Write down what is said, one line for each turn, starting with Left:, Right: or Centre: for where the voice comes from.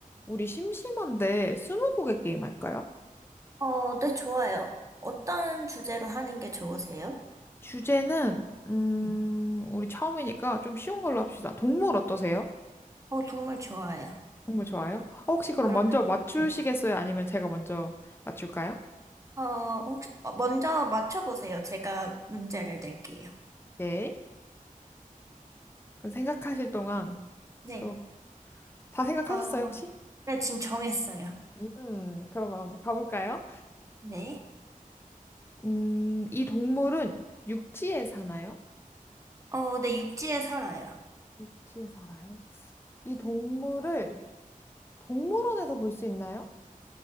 Left: 우리 심심한데 스무고개 게임 할까요?
Right: 어, 네, 좋아요. 어떤 주제로 하는 게 좋으세요?
Left: 주제는 음
Right: 음.
Left: 우리 처음이니까 좀 쉬운 걸로 합시다. 동물 어떠세요?
Right: 어, 정말 좋아요.
Left: 동물 좋아요? 어, 혹시 그럼
Right: 그러면,
Left: 먼저 맞추시겠어요?
Right: 네.
Left: 아니면 제가 먼저 맞출까요?
Right: 어, 혹시, 어, 먼저 맞춰보세요. 제가 문제를 낼게요.
Left: 네. 그럼 생각하실 동안
Right: 네.
Left: 또 다 생각하셨어요,
Right: 어,
Left: 혹시?
Right: 네, 지금 정했어요.
Left: 음, 그러면 가볼까요?
Right: 네.
Left: 음, 이 동물은 육지에 사나요?
Right: 어, 네, 육지에 살아요.
Left: 육지에 살아요? 이 동물을 동물원에서 볼 수 있나요?